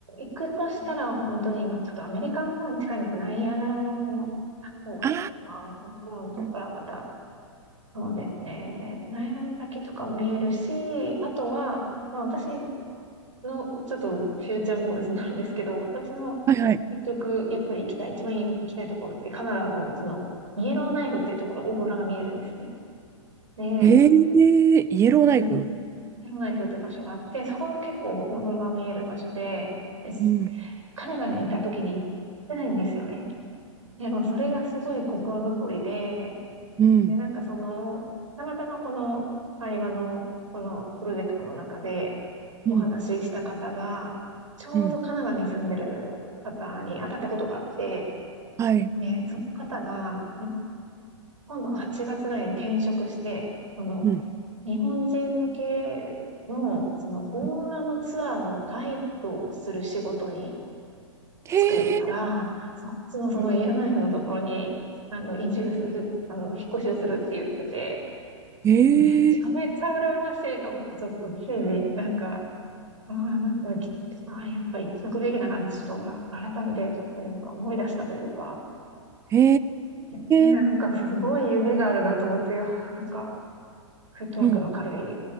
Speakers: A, on the right; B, on the right.
A: 行くとしたら本当に、まあちょっとアメリカの方に近いんですが、ナイアガラの方、方とか、
B: あ
A: トロントからまた、
B: ーうん
A: そうですね、ナイアガラの滝とかも見えるし、あとは、まあ、私、の、ちょっとフューチャーゴールズなんですけど、私の
B: はいはい。
A: 結局、やっぱり行きたい、一番行きたいところって、カナダの、その、イエローナイフっていうところ、オーロラが見えるんですよね。
B: えー、
A: で、
B: イエローナイフ。
A: すイエローナイフって場所があって、そこが結構オーロラが見える場所で、です
B: うん、
A: カナダにいた時に行ってないんですよね。でも、それがすごい心残りで、
B: うん、
A: で、なんかその、たまたまこの会話の、このプロジェクトの中でお話しした方が、
B: うん、
A: ちょうどカナダに住んでる方に当たったことがあって、
B: うん。はい。
A: ね、その方が、なんか今度8月ぐらいに転職して、その、
B: うん。
A: 日本人向けの、その、オーロラのツアーのガイドをする仕事に
B: うんへえ。
A: 就くから、そっちのそのイエローナイフのところに、
B: うん
A: あの、移住する、あの、引っ越しをするって言ってて、
B: へえ。
A: めちゃめちゃ羨ましいと思って、ちょっとついになんか、ああ、なんか、きああ、やっぱ行っとくべきだなって、ちょっと改めてちょっとなんか思い出したというか、
B: へ
A: ね、なんかすごい夢があるなと思って、
B: え、
A: いやなんか、フットワークの軽い
B: うん、